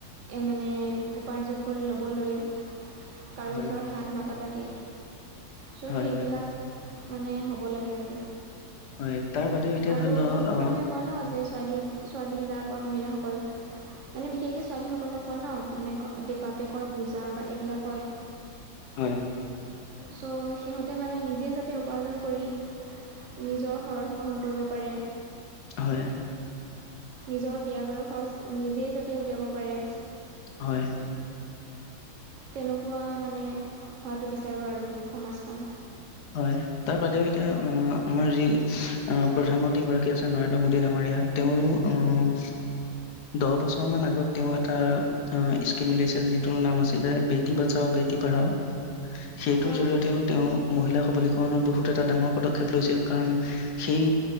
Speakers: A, on the right; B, on the left.
A: মানে উপাৰ্জন কৰি ল'বলৈ, কাৰো
B: হয়
A: ওচৰত হাত নাপাতাকে চ',
B: হয়
A: সেইবিলাক
B: হয়
A: মানে হ'ব লাগে আৰু।
B: হয় তাৰ বাদেও এতিয়া
A: আৰু
B: ধৰি লও
A: বহুতো
B: অ
A: মানুহে কয় ন', যে ছোৱালী, ছোৱালীবিলাক বা মহিলাসকল মানে বিশেষকৈ ছোৱালীসকলৰ কয় ন মানে বাপেকৰ বোজা বা এইবিলাক কয়।
B: হয়।
A: ছ' সিহঁতে মানে নিজে যাতে উপাৰ্জন কৰি নিজৰ খৰচ বহন কৰিব পাৰে।
B: হয়।
A: নিজৰ বিয়া বাৰু খৰছ নিজেই যাতে উলিয়াব পাৰে।
B: হয়।
A: তেনেকুৱা মানে হোৱাটো বিচাৰোঁ আৰু সমাজখন।
B: হয়। তাৰ বাদেও এতিয়া অ', আমাৰ যি আহ, প্ৰধান মন্ত্ৰী গৰাকী আছে নৰেন্দ্ৰ মোডী ডাঙৰীয়া। তেওঁ অ',
A: <unintelligible>
B: দহ বছৰ মান আগত তেওঁ এটা অ', স্কিম উলিয়াইছিল যিটোৰ নাম আছিলে বেটি বাচাও বেটি পঢ়াও, সেইটোৰ
A: হয়
B: জৰিয়ত তেওঁ-তেওঁ মহিলা সবলীকৰণৰ বহুত এটা ডাঙৰ পদক্ষেপ লৈছিল কাৰণ সেই